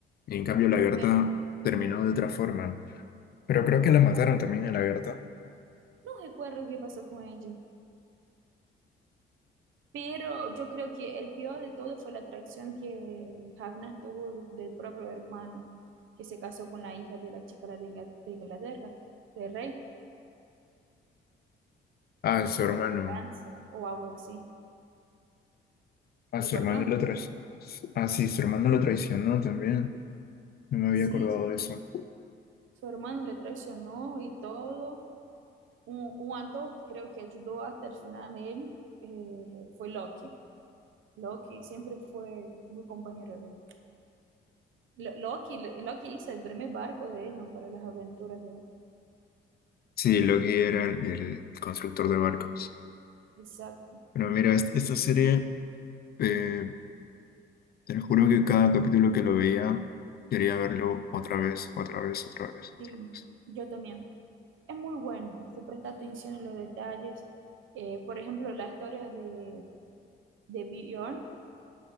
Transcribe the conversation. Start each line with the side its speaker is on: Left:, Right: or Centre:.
Left: Y en cambio la Berta
Right: pero
Left: terminó de otra forma. Pero creo que la mataron
Right: no,
Left: también a la Berta.
Right: no recuerdo qué pasó con ellos. Pero yo creo que el peor de todo fue la traición que Ragnar tuvo del propio hermano, que se casó con la hija de la chica de Inga- de Inglaterra, del rey,
Left: A su hermano.
Right: pues Francia o algo así.
Left: A
Right: ¿Te
Left: su
Right: acordás?
Left: hermano lo traicionó. Ah, sí, su hermano lo traicionó también. No me había
Right: Sí,
Left: acordado
Right: su,
Left: de eso.
Right: su hermano le traicionó y todo. Un, un actor que creo que ayudó hasta el final a él eh, fue Loki. Loki siempre fue muy compañero de él. Lo- Loki, Loki hizo el primer barco de él, ¿no? Para las aventuras de él.
Left: Sí, Loki era el, el constructor de barcos.
Right: Exacto.
Left: Pero mira, est- esta serie, eh, te lo juro que cada capítulo que lo veía, quería verlo otra vez, otra vez, otra vez, otra
Right: Sí,
Left: vez.
Right: yo también. Es muy bueno, si presta atención en los detalles. Eh, por ejemplo, la historia de, de Bjorn,